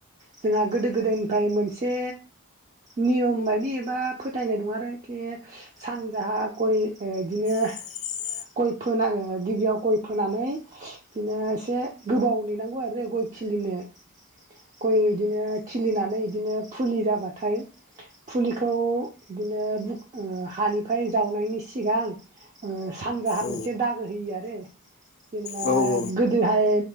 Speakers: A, on the right; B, on the left.
A: जोंहा गोदो-गोदायनि गाय मोनसे नियम बायदि एबा फोथायनाय दं आरोखि सानजाहा गय ओ इदिनो
B: <inaudible>
A: गय फोनाओ गिबियाव गय फोनानै इदिनो एसे गोबाव नेनांगौ आरो गय खिलिनो गय इदिनो खिलिनानै इदिनो फुलि जाबाथाय फुलिखौ बिदिनो बुक ओ हानिफाय जावनायनि सिगां ओ सानजाहा
B: औ
A: मोनसे दागो होयो आरो जेनेबा
B: नोंथां औ सानजाहा मोनसे दागो होयो आरो औ नोंथां गोदोहाय औ नोंथां औ मोनसे जायगानिफ्रायनो हमनांगौ आरो
A: गोदोहाय